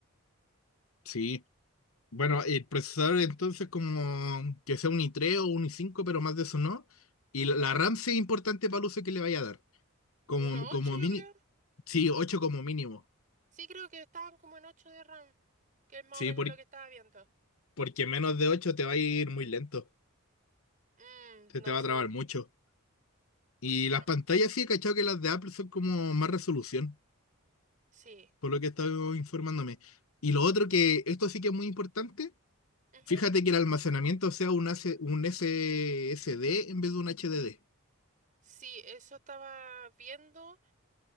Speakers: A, on the left; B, on the right.
A: Sí. Bueno, el procesador entonces como que sea un i3 o un i5, pero más de eso no. Y la,
B: ¿Ya?
A: la RAM sí es importante para el uso que le vaya a dar. Como,
B: uno punto
A: como
B: ocho yo
A: mini,
B: creo.
A: sí, 8 como mínimo.
B: Sí, creo que estaban como en ocho de RAM, que es más
A: Sí,
B: o menos
A: por-
B: lo que estaba viendo.
A: porque menos de 8 te va a ir muy lento.
B: Mm,
A: Se
B: no,
A: te va
B: sí,
A: a trabar mucho. Y
B: no,
A: las pantallas sí, he cachado que las de Apple son como más resolución,
B: sí.
A: por lo que he estado informándome. Y lo otro que, esto sí que es muy importante,
B: Ujú.
A: fíjate que el almacenamiento sea un, AC un SSD en vez de un HDD.
B: Sí, eso estaba viendo.